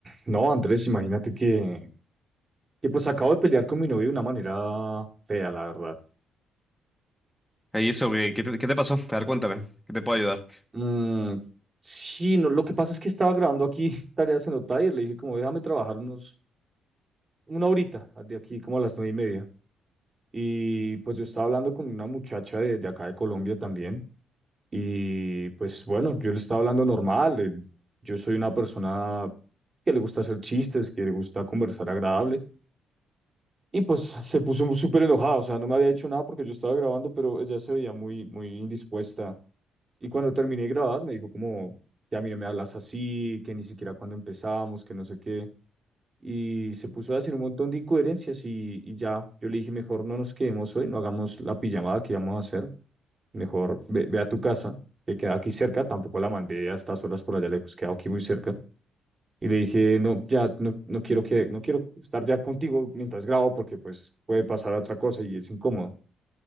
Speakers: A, on the right; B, in the centre.
A: No, Andrés, imagínate que, que pues acabo de pelear con mi novio de una manera fea, la verdad.
B: Eh, ¿Y eso qué, qué te, qué te pasó? A ver, cuéntame, ¿qué te puedo ayudar?
A: Mm, sí, no, lo que pasa es que estaba grabando aquí <laughs> tareas en Otay y le dije como déjame trabajar unos, una horita de aquí como a las nueve y media. Y pues yo estaba hablando con una muchacha de, de acá de Colombia también y pues bueno, yo le estaba hablando normal. el- yo soy una persona que le gusta hacer chistes, que le gusta conversar agradable. Y pues se puso mu- súper enojada, o sea, no me había hecho nada porque yo estaba grabando, pero ella se veía muy, muy indispuesta. Y cuando terminé de grabar, me dijo como, que a mí no me hablas así, que ni siquiera cuando empezamos, que no sé qué. Y se puso a decir un montón de incoherencias y, y ya, yo le dije, mejor no nos quedemos hoy, no hagamos la pijamada que íbamos a hacer, mejor ve, ve a tu casa, que queda aquí cerca, tampoco la mandé a estas horas por allá lejos, queda aquí muy cerca. Y le dije, no, ya no, no quiero que, no quiero estar ya contigo mientras grabo porque pues puede pasar otra cosa y es incómodo.